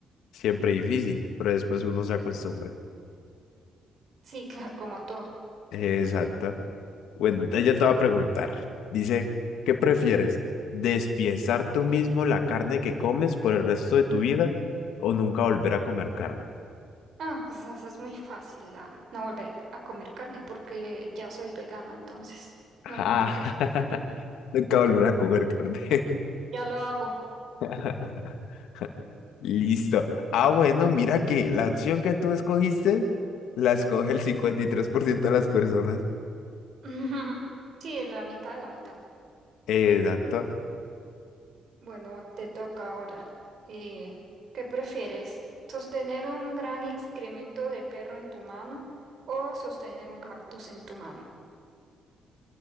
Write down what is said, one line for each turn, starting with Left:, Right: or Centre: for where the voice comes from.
Left: siempre difícil, pero después uno se acostumbra.
Right: Sí, <laughs> claro, como tú.
Left: Exacto. Bueno, entonces yo te voy a preguntar. Dice, ¿qué prefieres? ¿Despiezar tú mismo la carne que comes por el resto de tu vida o nunca volver a comer carne?
Right: Ah, pues eso es muy fácil, la- no volver a comer carne porque ya soy vegana, entonces no
Left: Ah.
Right: me importa.
Left: <laughs> Nunca volver a comer carne.
Right: Ya lo hago.
Left: <laughs> Listo. Ah, bueno, mira que la opción que tú escogiste la escoge el 53% de las personas.
Right: Ujú. Sí, la mitad de la mitad.
Left: Exacto.
Right: Bueno, te toca ahora. Eh, ¿qué prefieres? ¿Sostener un gran excremento de perro en tu mano o sostener un cactus en tu mano?